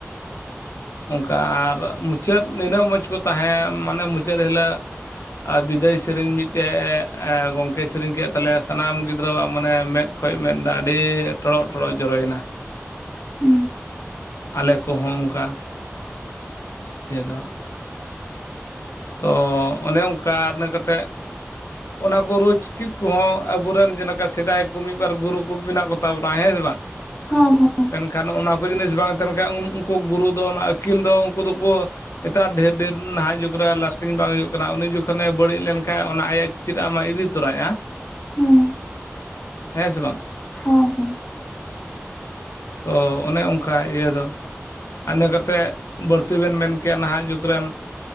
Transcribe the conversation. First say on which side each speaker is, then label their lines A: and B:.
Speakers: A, on the left (about 75°); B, on the left (about 25°).
A: ᱚᱱᱠᱟ ᱟᱨ ᱢᱩᱼᱼ ᱪᱟᱹᱫ ᱱᱤᱱᱟᱹᱜ ᱢᱚᱡᱽ ᱠᱩ ᱛᱟᱦᱮᱸ ᱢᱟᱱᱮ ᱢᱩᱪᱟᱹᱫ ᱦᱤᱞᱟᱹᱜ᱾ ᱟᱨ ᱵᱤᱫᱟᱹᱭ ᱥᱤᱨᱤᱧ ᱢᱤᱫᱴᱮᱡ ᱜᱚᱝᱠᱮ ᱥᱤᱨᱤᱧ ᱠᱮᱫ ᱛᱟᱞᱮᱭᱟ ᱥᱟᱱᱟᱢ ᱜᱤᱫᱽᱨᱟᱹᱣᱟᱜ ᱢᱟᱱᱮ ᱢᱮᱫ᱾ ᱠᱷᱳᱪ ᱢᱮᱱᱫᱟᱜ ᱟᱹᱰᱤ ᱴᱚᱲᱚᱜ ᱴᱚᱲᱚᱜ ᱡᱚᱨᱚᱭᱮᱱᱟ᱾
B: <unintelligible>
A: ᱟᱞᱮ ᱠᱩᱦᱚᱸ ᱚᱝᱠᱟ ᱪᱮᱫᱚᱜ ᱛᱚ ᱚᱱᱮ ᱚᱱᱠᱟ ᱤᱱᱟᱹ ᱠᱟᱛᱮᱫ ᱚᱱᱟ ᱠᱩ ᱨᱳᱪ ᱪᱤᱫ ᱠᱩᱦᱚᱸ ᱟᱵᱩᱨᱮᱱ ᱡᱮᱱᱮᱠᱟ ᱥᱮᱫᱟᱭ ᱠᱩ ᱢᱤᱫ ᱵᱟᱨ ᱜᱩᱨᱩ ᱠᱩ ᱢᱮᱱᱟᱜ ᱠᱩ᱾ ᱛᱟ ᱵᱩᱱᱟ ᱦᱮᱸ ᱥᱮ ᱵᱟᱝ᱾
B: ᱦᱳᱻ ᱦᱩ
A: ᱢᱮᱱ ᱠᱷᱟᱱ ᱚᱱᱟ ᱠᱩ ᱡᱤᱱᱤᱥ ᱵᱟᱝ ᱛᱟᱦᱮᱱ ᱠᱷᱟᱡ ᱩᱱᱼᱩᱱᱠᱩ ᱜᱩᱨᱩ ᱫᱚ ᱚᱱᱟ ᱟᱹᱠᱤᱞ ᱫᱚ ᱩᱱᱠᱩ ᱫᱚᱠᱩ᱾ ᱮᱴᱟᱜ ᱰᱷᱮᱨ ᱱᱟᱦᱟᱭ ᱡᱩᱜ᱾ ᱠᱩᱨᱟ ᱞᱟᱥᱴᱤᱝ ᱵᱟᱭ ᱦᱩᱭᱩᱜ ᱠᱟᱱᱟ ᱩᱱᱤ ᱡᱩᱠᱷᱚᱱᱮ ᱵᱟᱹᱲᱤᱡ ᱞᱮᱱᱠᱟᱱ ᱚᱱᱟ ᱟᱭ ᱪᱤᱫᱼᱟᱜ ᱟᱢᱟᱭ ᱤᱫᱤ ᱛᱚᱨᱟᱭᱼᱟ᱾
B: ᱦᱩᱸ
A: ᱦᱮᱸᱻᱥᱮ ᱵᱟᱝ
B: ᱦᱚᱻᱦᱩ
A: ᱛᱚ ᱚᱱᱮ ᱚᱸᱝᱠᱟ ᱤᱭᱟᱹ ᱫᱚ᱾ ᱟ ᱤᱱᱟᱹ ᱠᱟᱛᱮᱫ ᱵᱟᱹᱲᱛᱤ ᱵᱮᱱ ᱢᱮᱱ ᱠᱮᱭᱟ ᱱᱟᱦᱟᱜ ᱡᱩᱜᱽ ᱨᱮᱱ᱾